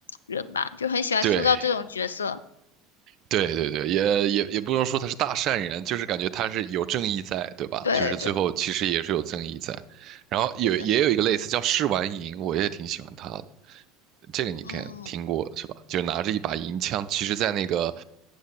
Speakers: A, on the left; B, on the right.
A: 人吧，就很喜欢塑造这种角色。
B: 对。对对对，也也也不能说他是大善人，就是感觉他是有正义在，对吧？
A: 对对，
B: 就是最后其实也是有正义在。然后有也有一个类似叫试完银，
A: 是的，
B: 我也挺喜欢他的。这个你看听过是吧？
A: 嗯
B: 就是拿着一把银枪，其实在那个